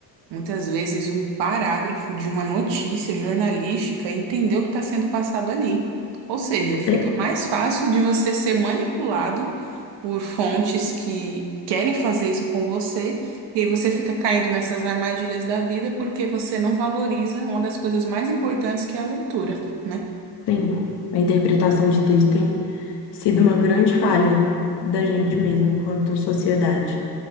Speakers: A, on the right; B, on the left.
A: Muitas vezes, um parágrafo de uma notícia jornalística entender o que está sendo passado ali. Ou seja, fica
B: É,
A: mais fácil de você ser manipulado por fontes que querem fazer isso com você, e aí você fica caindo nessas armadilhas da vida porque você não valoriza uma das coisas mais importantes que é a leitura, né?
B: sim A interpretação de texto tem sido uma grande falha da gente mesmo, enquanto sociedade